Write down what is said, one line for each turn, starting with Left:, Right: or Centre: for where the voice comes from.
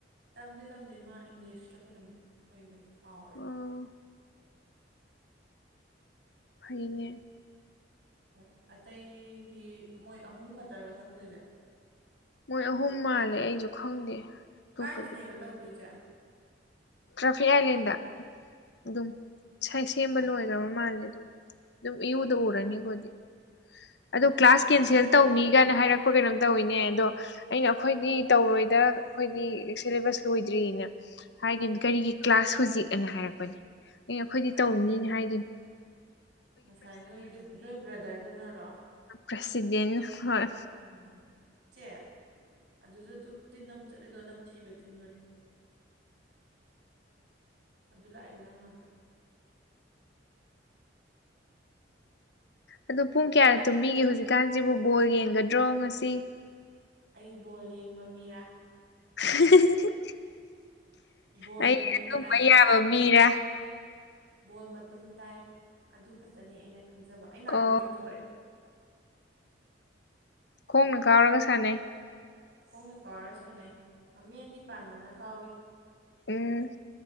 Right: ꯇꯝꯗꯦ ꯇꯝꯗꯦ ꯃꯥ ꯏꯪꯂꯤꯁꯇ ꯀꯩꯅꯣꯝ ꯑꯣꯏꯕꯅꯤ ꯀꯥꯎꯔꯦ
Left: ꯑꯣ ꯐꯩꯅꯦ
Right: ꯍꯣꯏ ꯑꯇꯩꯗꯤ ꯃꯣꯏ ꯑꯍꯨꯝ ꯈꯛꯇꯔꯣ ꯁꯛꯇꯣꯏꯁꯦ
Left: ꯃꯣꯏ ꯑꯍꯨꯝ ꯃꯥꯜꯂꯦ ꯑꯩꯁꯨ ꯈꯪꯗꯦ ꯑꯇꯣꯞꯄꯗꯤ
Right: ꯀꯥꯏꯗꯅꯦꯕ ꯇꯧꯗꯣꯏꯁꯦ
Left: ꯇ꯭ꯔꯥꯐꯤꯛ ꯑꯥꯏꯂꯦꯟꯗ ꯑꯗꯨꯝꯥꯏ ꯁꯦꯝꯕ
Right: ꯑꯣ
Left: ꯂꯣꯏꯈ꯭ꯔꯕ ꯃꯥꯜꯂꯦ ꯑꯗꯨꯝ ꯑꯗꯨꯝ ꯏꯨꯗ ꯎꯔꯅꯤꯈꯣꯗꯤ
Right: ꯍꯣꯏ
Left: ꯑꯗꯣ
Right: ꯉꯁꯥꯏ
Left: ꯀ꯭ꯂꯥꯁ ꯀꯦꯟꯁꯦꯜ
Right: ꯉꯁꯥꯏꯗꯤ
Left: ꯇꯧꯅꯤꯒꯅ
Right: ꯑꯣꯏꯔꯨꯕꯅꯦ
Left: ꯍꯥꯏꯔꯛꯄ ꯀꯩꯅꯣꯝ ꯇꯧꯋꯤꯅꯦ ꯑꯗꯣ ꯑꯩꯅ ꯑꯈꯣꯏꯗꯤ ꯇꯧꯔꯣꯏꯗ ꯑꯈꯣꯏꯗꯤ ꯁꯤꯂꯦꯕꯁ ꯂꯣꯏꯗ꯭ꯔꯤꯅꯦ꯫ ꯍꯥꯏꯒꯤꯝ ꯀꯔꯤꯒꯤ ꯀ꯭ꯂꯥꯁ ꯍꯧꯖꯤꯛ ꯑꯅ ꯍꯥꯏꯔꯛꯄꯅꯦ ꯑꯩ ꯑꯈꯣꯏꯗꯤ
Right: ꯀꯟ
Left: ꯇꯧꯅꯤꯅ ꯍꯥꯏꯒꯤꯝ꯫
Right: ꯉꯁꯥꯏ ꯅꯣꯏꯒꯤ ꯅꯣꯏ ꯕ꯭ꯔꯗꯔꯗꯨꯅꯔꯣ꯫
Left: ꯄ꯭ꯔꯁꯤꯗ‌ꯦꯟꯅ ꯍꯣꯏ꯫
Right: ꯑꯣ ꯆ‌ꯦ ꯑꯗꯨꯗ ꯇꯨ ꯇꯤꯟ ꯑꯃ ꯆꯠꯂꯤꯗꯣ ꯅꯝꯊꯤꯕ ꯇꯤꯟꯗꯣꯅꯦ꯫ ꯑꯗꯨ ꯂꯥꯛꯏꯗꯨ ꯅꯪ ꯅꯥꯛꯇ꯫
Left: ꯑꯗꯨ ꯄꯨꯡ ꯀꯌꯥꯅ ꯇꯨꯝꯕꯤꯒꯦ ꯍꯧꯖꯤꯛꯀꯥꯟꯁꯤꯕꯨ ꯕꯣꯜ ꯌꯦꯡꯒꯗ꯭ꯔꯣ ꯉꯁꯤ꯫
Right: ꯑꯩ ꯕꯣꯜ ꯌꯦꯡꯕ ꯃꯤꯔꯥ꯫
Left: ꯫ <unintelligible>
Right: ꯕꯣꯜ
Left: ꯑꯩ
Right: ꯃꯇꯨꯝ
Left: ꯑꯗꯨꯝꯕ
Right: ꯇꯥꯏ
Left: ꯌꯥꯕ ꯃꯤꯔ꯫
Right: ꯕꯣꯜ ꯃꯇꯨꯝ ꯇꯥꯏ ꯑꯗꯨ ꯈꯛꯇꯅꯤ ꯑꯩꯅ ꯈꯪꯖꯕ ꯑꯩ ꯅꯥꯛꯇ
Left: ꯑꯣ
Right: ꯑꯃꫭꯛ ꯏꯟꯊꯣꯔꯛꯑꯦ꯫
Left: ꯈꯣꯡꯅ ꯀꯥꯎꯔꯒ ꯁꯥꯟꯅꯩ꯫
Right: ꯈꯣꯡꯅ ꯀꯥꯎꯔꯒ ꯁꯥꯟꯅꯩ ꯃꯃꯤ ꯑꯅꯤ ꯄꯥꯟꯕꯅ ꯀꯥꯎꯏ꯫
Left: ꯎꯝ